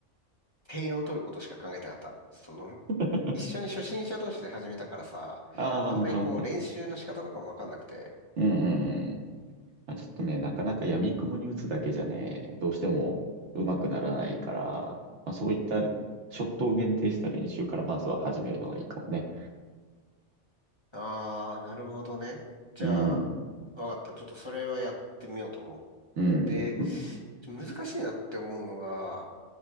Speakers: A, on the left; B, on the right.
A: 点を取ることしか考えてなかった。その、
B: <laughs>
A: 一緒に初心者同士で始めたからさ、
B: ああ、
A: あんまりこう練習の仕方とかもわかんなくて。
B: なるほどね。うんうんうん。まあ、ちょっとね、なかなか闇雲に打つだけじゃね、どうしても上手くならないから、まあ、そういったショットを限定した練習からまずは始めるのがいいかもね。
A: ああ、なるほどね。じゃあ、
B: うん、
A: わかった。ちょっとそれはやってみようと思う。
B: うん、
A: で、
B: うん、
A: 難しいなって思うのが、